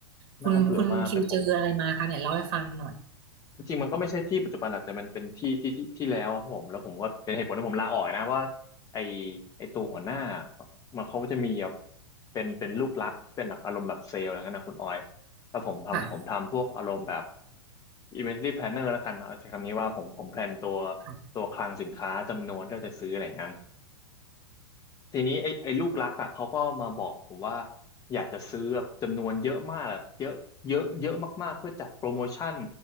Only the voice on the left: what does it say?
น่าเบื่อมากเลยผม จริงๆมันก็ไม่ใช่ที่ปัจจุบันหรอกแต่มันเป็นที่ที่ที่ที่แล้วครับผมแล้วผมก็เป็นเหตุผลที่ผมลาออกนะว่าไอไอตัวหัวหน้ามันเขาก็จะมีแบบเป็นเป็นลูกรักเป็นแบบอารมณ์แบบเซลล์อะไรเงี้ยนะคุณออยแล้วผมทำผมทำพวกอารมณ์แบบ
inventory planner แล้วกันเอาใช้คำนี้ว่าผมผมแพลนตัว
ตัวคลังสินค้าจำนวนที่เราจะซื้ออะไรอย่างนั้น ทีนี้ไอ้ไอ้ลูกรักอ่ะเขาก็มาบอกผมว่าอยากจะซื้อแบบจำนวนเยอะมากแบบเยอะเยอะเยอะมากๆเพื่อจัดโปรโมชั่น